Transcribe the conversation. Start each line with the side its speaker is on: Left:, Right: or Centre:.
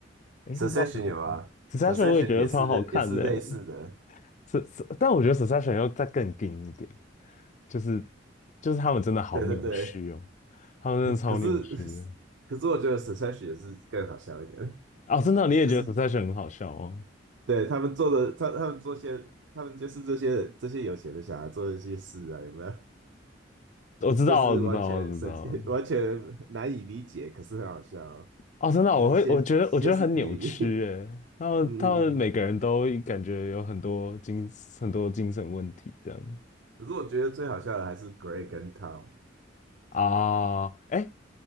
Left: 诶，
Right: Succession
Left: 是叫《Succession》，
Right: 有啊，Succession
Left: 《Succession》我也觉得超好看的，
Right: 也是也是类似的，
Left: 是是，但我觉得《Succession》要再更硬一点，就是就是他们真的好扭曲哦，
Right: 对对对。
Left: 他们真的超扭曲的。
Right: 可是可是我觉得 Succession 也是更好笑一点，
Left: 哦，真的，你也觉得《Succession》很好笑哦？
Right: 就是对他们做的，他他们做些，他们就是这些这些有钱的小孩做的一些事啊，有没有？
Left: 我知道，
Right: 就是完全神经
Left: 我知道，我知道。
Right: <laughs> 完全难以理解，可是很好笑哦
Left: 哦，真的啊我会，
Right: 就是歇歇斯底里。
Left: 我觉得，我觉得很扭曲诶，然后他们每个人都感觉有很多精很多精神问题这样
Right: <laughs> 嗯嗯嗯可是我觉得最好笑的还是 Greg 跟 Tom，
Left: 啊，哎